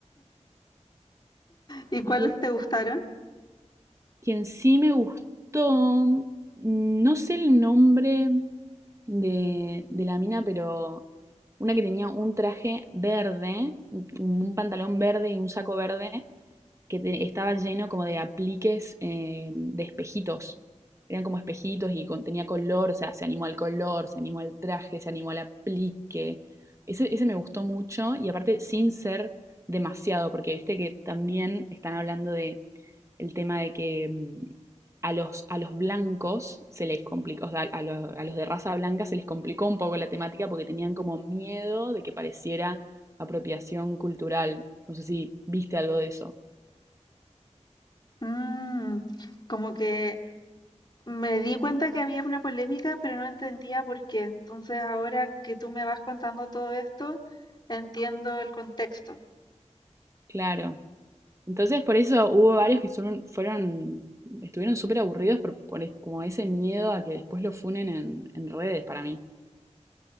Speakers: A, on the left; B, on the right.
A: ¿y cuáles
B: Y
A: te gustaron?
B: quien sí me gustó, mm, no sé el nombre de, de la mina, pero una que tenía un traje verde, un, un pantalón verde y un saco verde, que te- estaba lleno como de apliques eh, de espejitos. Eran como espejitos y con- tenía color, o sea, se animó al color, se animó al traje, se animó al aplique. Ese, ese me gustó mucho y aparte sin ser demasiado, porque viste que también están hablando de el tema de que mm, a los, a los blancos se les complicó, o sea, a, lo- a los de raza blanca se les complicó un poco la temática porque tenían como miedo de que pareciera apropiación cultural. No sé si viste algo de eso.
A: Mm, como que me di cuenta que había una polémica, pero no entendía por qué. Entonces, ahora que tú me vas contando todo esto, entiendo el contexto.
B: Claro. Entonces, por eso hubo varios que son- fueron, estuvieron súper aburridos por, por es- como ese miedo a que después lo funen en, en redes para mí.